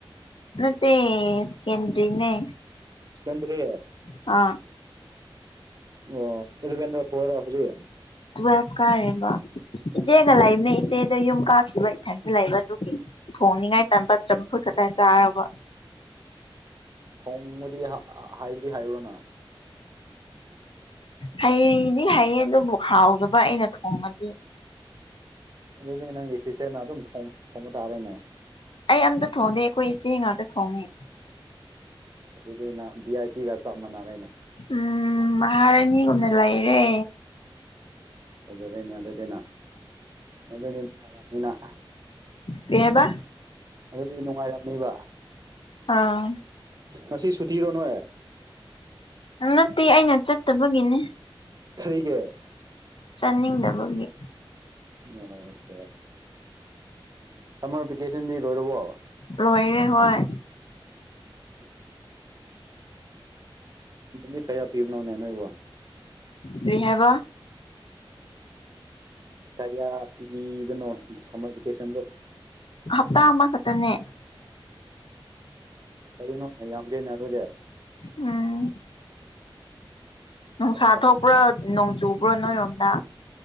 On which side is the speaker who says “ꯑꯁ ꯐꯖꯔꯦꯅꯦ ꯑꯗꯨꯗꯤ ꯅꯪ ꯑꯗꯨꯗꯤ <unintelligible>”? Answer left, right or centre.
Right